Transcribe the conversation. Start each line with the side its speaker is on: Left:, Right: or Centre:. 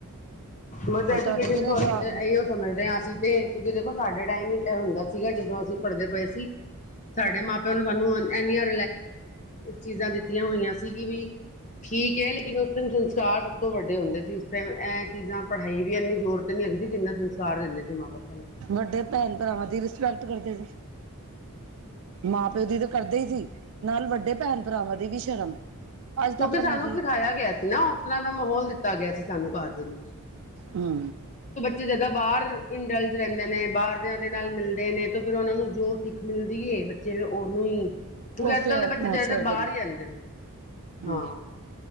Left: ਮ ਐਜੂਕੇਸ਼ਨ
Right: ਔਰ ਤੁਹਾਡੇ ਕਿੰਨੇ
Left: ਤੋਂ
Right: ਜਵਾਕ
Left: ਇਹੀ
Right: ਨੇ
Left: ਸਮਝਦੇ ਹਾਂ ਅਸੀਂ ਤੇ ਤੁਸੀਂ ਦੇਖੋ ਸਾਡੇ ਟਾਈਮ ਹੀ ਤਾਂ ਇਹ ਹੁੰਦਾ ਸੀਗਾ ਜਦੋਂ ਅਸੀਂ ਪੜ੍ਹਦੇ ਪਏ ਸੀ, ਸਾਡੇ ਮਾਪੇ ਸਾਨੂੰ ਇਨੀਆਂ ਚੀਜ਼ਾਂ ਦਿੱਤੀਆਂ ਹੋਈਆਂ ਸੀ ਕਿ ਵੀ ਠੀਕ ਹੈ ਲੇਕਿਨ ਉਸ ਟਾਈਮ ਸੰਸਕਾਰ ਸਭ ਤੋਂ ਵੱਡੇ ਹੁੰਦੇ ਸੀ ਉਸ ਟਾਈਮ ਇਹ ਚੀਜ਼ਾਂ ਪੜ੍ਹਾਈ ਵੀ ਇੰਨੀ ਜ਼ੋਰ ਤ ਨੀ ਹੈਗਦੀ ਜਿੰਨਾ ਸਤਿਕਾਰ ਦਿੰਦੇ ਸੀ ਮਾਂ ਬਾਪ ਪਹਿਲੇ
Right: ਵੱਡੇ ਭੈਣ ਭਰਾਵਾਂ ਦੀ ਰਿਸਪੈਕਟ ਕਰਦੇ ਸੀ ਮਾਂ ਪਿਓ ਦੀ ਤਾਂ ਕਰਦੇ ਹੀ ਸੀ ਨਾਲ ਵੱਡੇ ਭੈਣ ਭਰਾਵਾਂ ਦੀ ਵੀ ਸ਼ਰਮ ਅੱਜ
Left: ਕਿਉਂਕਿ
Right: ਤੱਕ
Left: ਸਾਨੂੰ
Right: ਹੈਗੀ
Left: ਸਿਖਾਇਆ
Right: ਹੈ
Left: ਗਿਆ ਸੀ ਨਾ ਉਸ ਤਰ੍ਹਾਂ ਦਾ ਮਾਹੌਲ ਦਿੱਤਾ ਗਿਆ ਸੀ ਸਾਨੂੰ ਘਰ ਦੇ ਵਿੱਚ
Right: ਹੂੰ
Left: ਜਿੱਦਾਂ ਬਾਹਰ ਇੰਡਲਜ ਰਹਿੰਦੇ ਨੇ ਬਾਹਰਦਿਆਂ ਦੇ ਨਾਲ ਮਿਲਦੇ ਨੇ ਤਾਂ ਫੇਰ ਉਹਨਾਂ ਨੂੰ ਜੋ ਸੀਖ ਮਿਲਦੀ ਹਏ ਬੱਚੇ ੳ ਉਹਨੂੰ ਕਿਉਂਕਿ
Right: ਉਸੇ
Left: ਅੱਜ ਕੱਲ੍ਹ
Right: ਐਟਮੋਸਫੇਅਰ
Left: ਦੇ ਬੱਚੇ ਜ਼ਿਆਦਾਤਰ ਬਾਹਰ
Right: ਦੇ ਨਾਲ
Left: ਹੀ ਰਹਿੰਦੇ ਨੇ
Right: ਹਮ
Left: ਹਾਂ